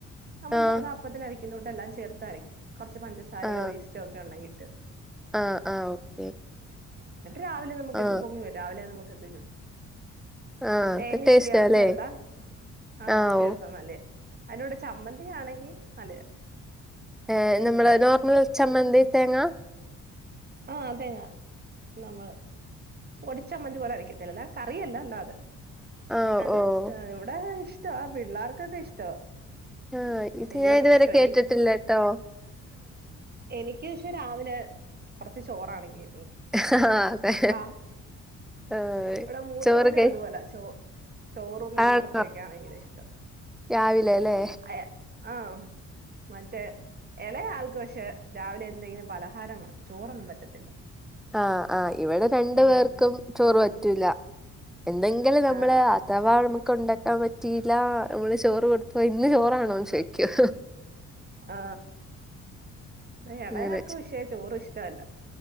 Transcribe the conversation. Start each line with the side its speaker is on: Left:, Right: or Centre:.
Right: നമ്മൾ
Centre: ആ
Right: സാധാ അപ്പത്തിനര ക്കുന്ന കൂട്ടെല്ലാം ചേർത്തരക്കും കൊറച്ച് പഞ്ചസാരയോ
Centre: ആ
Right: യീസ്റ്റോ ഒക്കെ ഒണ്ടെങ്കിൽ <unintelligible>
Centre: ആ ആ ഓക്കെ
Right: എന്നിട്ട് രാവിലെ നമ്മക്ക് എടുത്ത്
Centre: ആ
Right: പൊങ്ങി വരുവാ രാവിലെ നമക്ക് അപ്പത്തെ ചുടാം
Centre: ആ
Right: തേങ്ങ
Centre: അത്
Right: ഇച്ചിരി
Centre: ടേസ്റ്റാല്ലേ
Right: ഏറെ ചേർത്താ അതിൻ്റെ
Centre: ആ ഓ
Right: കൂടെ ചമ്മന്തിയാണെങ്കിൽ നല്ലയാ
Centre: ഏ നമ്മളെ
Right: ഉം
Centre: നോർമൽ ചമ്മന്തി തേങ്ങ
Right: ആ തേങ്ങ നമ്മള് പൊടിച്ചമ്മന്തി പോലൊയരക്കത്തില്ല കറിയല്ല അല്ലാതെ
Centre: ആഹ്
Right: അത്
Centre: ഓഹ്
Right: ഇവിടെ ഇഷ് ഇഷ്ടവാ പിള്ളാർക്കൊക്കെ ഇഷ്ടവാ
Centre: ആഹ് ഇത്
Right: വലിയോർക്കും
Centre: ഞാൻ ഇതുവരെ
Right: ഇഷ്ടവാ
Centre: കേട്ടിട്ടില്ലട്ടോ
Right: എനിക്ക് പക്ഷേ രാവിലെ കൊറച്ച് ചോറാണെങ്കി
Centre: ആ അതെ
Right: ആ
Centre: ആഹ്
Right: ഇവടെ മൂത്തോനും
Centre: ചോറ് കഴ്
Right: അതുപോല ചോ ചോറും മീൻ
Centre: ആണോ
Right: വറുത്തയൊക്കെയ ഭയങ്കര ഇഷ്ടം
Centre: രാവിലെല്ലേ
Right: അയാ ആ മറ്റേ എളേ ആൾക്ക്‌ പഷേ രാവിലെ എന്തെങ്കിലും പലഹാരം ചോറൊന്നും പറ്റത്തില്ല
Centre: ആ ആ ഇവിടെ രണ്ടു
Right: ഉം
Centre: പേർക്കും ചോറ് പറ്റൂല്ല എന്നെങ്കില് നമ്മള്
Right: ആ
Centre: അഥവാ നമക്ക് ഉണ്ടാക്കാൻ പറ്റിയില്ല നമ്മള് ചോറ് കൊടുത്തൊയി ഇന്ന് ചോറാണോന്ന് ചോയ്ക്കും
Right: ആ എളയാക്കും
Centre: അങ്ങനെ
Right: ഇഷേ ചോറ് ഇഷ് ഷ്ട അല്ല